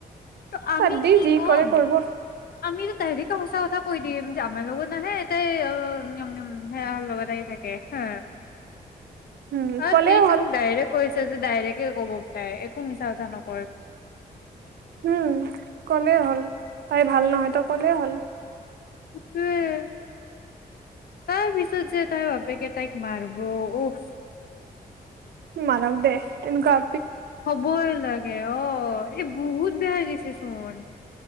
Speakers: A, on the left; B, on the right.
A: ত আমি
B: বাদ দি
A: কি
B: যি
A: কম।
B: কৰে কৰিব
A: আমিতো তাই সঁচা কথা কৈ দিম, যে আমাৰ লগত নাহে এ তাই সোৰ লগত আহি থাকে হা।
B: হুম
A: অ
B: ক'লে
A: এইটো
B: হ'ল
A: ডাইৰেক্ট <unintelligible> যে ডাইৰেক্টে ক'ব পাই, একো মিছা কথা নক <unintelligible>
B: উম', ক'লেই হ'ল, তাই ভাল নহয় তক। কলেই হ'ল।
A: উম', তাৰ পিছত যে তাইৰ ভাপেকে তাইক মাৰব। উফ
B: মাৰক দে এনকোৱা
A: হ'বই লাগে, অ', এই বহুত বেয়া হৈ গৈছে চুন